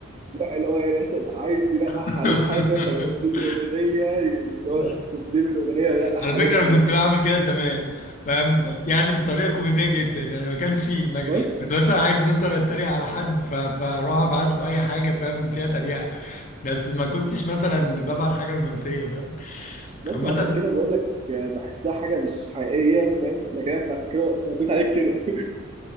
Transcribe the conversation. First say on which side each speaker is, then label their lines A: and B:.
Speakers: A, on the right; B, on the left.
A: لا اللي هو يعني مثلا عايز يلقح
B: <laughs>
A: عليه بحاجة فينزل له أغنية اللي
B: لا.
A: هو كوبليه من أغنية يلقح
B: على فكره
A: عليه فأنا
B: انا كنت بعمل كده زمان فاهم بس يعني بطريقه كوميديه جدا يعني ما كانش ما كان-
A: بس
B: كنت مثلا عايز مثلا اتريق على حد ف- فاروح ابعت له اي حاجه فاهم فيها تريقه بس ما كنتش مثلا ببعت حاجه رومانسيه فاهم
A: بس
B: عامه
A: عشان كده بقول لك آه، بحسها حاجة مش حقيقية فاهم لكن أنت عشان كده رديت عليك كده <laughs>